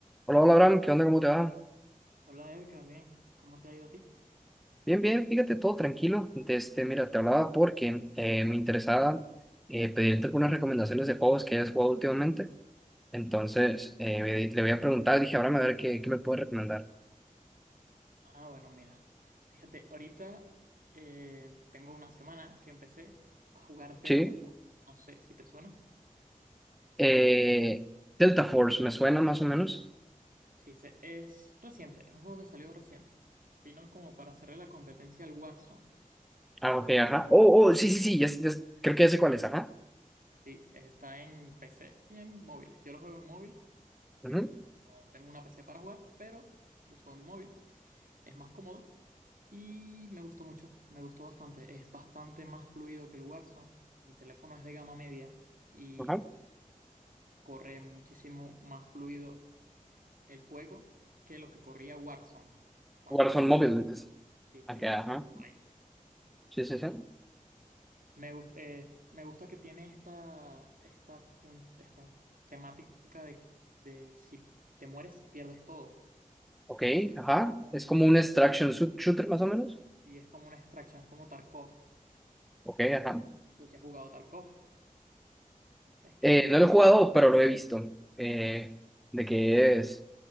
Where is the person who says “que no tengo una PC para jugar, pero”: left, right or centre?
Right